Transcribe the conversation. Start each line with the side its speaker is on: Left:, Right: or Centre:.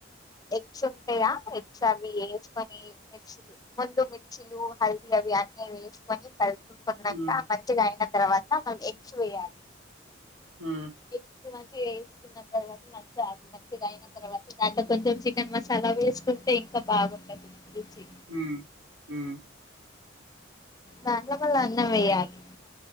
Left: ఎగ్స్ ఉంటాయా ఎగ్స్ అవి వేసుకని మిర్చిలు ముందు మిర్చిలు హల్దీ అవి అన్నీ వేసు ని కలుసుకుంటున్నాక
Right: మ్మ్
Left: మంచిగా ఆన తర్వాత మ గ్స్ వెయ్యాలి
Right: మ్మ్
Left: ఎగ్స్ మాంచిగ ఏసి న్న తర్వాత మంచిగా మంచిగాయిన తర్వాత దాంట్లో కొంచెం చికెన్ మసాలా వేసుకుంటే ఇంకా బాగుంటది రుచి
Right: ఉమ్ ఉమ్
Left: దాంట్ల మల్ల అన్నం వెయ్యాలి